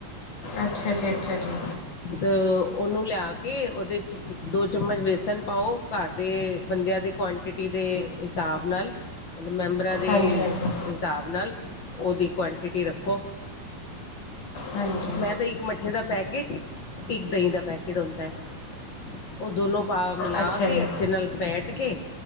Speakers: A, on the left (about 85°); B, on the left (about 50°).
A: ਅੱਛਾ ਜੀ ਅੱਛਾ ਜੀ
B: <unintelligible> ਉਹਨੂੰ ਲਿਆ ਕੇ ਉਹਦੇ 'ਚ ਦੋ ਚਮਚ ਬੇਸਨ ਪਾਓ ਘਰ ਦੇ ਬੰਦਿਆਂ ਦੇ ਕੁਆਂਟਿਟੀ ਦੇ ਹਿਸਾਬ ਨਾਲ ਮਤਲਬ ਮੈਂਬਰਾਂ ਦੇ
A: ਹਾਂਜੀ ਹਾਂਜੀ
B: ਹਿਸਾਬ ਨਾਲ ਉਹਦੀ ਕੁਆਂਟਿਟੀ ਰੱਖੋ
A: ਹਾਂਜੀ
B: ਮੈਂ ਤਾਂ ਇੱਕ ਮੱਠੇ ਦਾ ਪੈਕੇਟ ਇੱਕ ਦਹੀਂ ਦਾ ਪੈਕੇਟ ਖਿੜੋਂਦਾ ਹੈ ਉਹ ਦੋਨੋ ਪਾ ਮਿਲਾ
A: ਅੱਛਾ
B: ਕੇ
A: ਜੀ
B: ਅੱਛੇ ਨਾਲ ਫੈਟ ਕੇ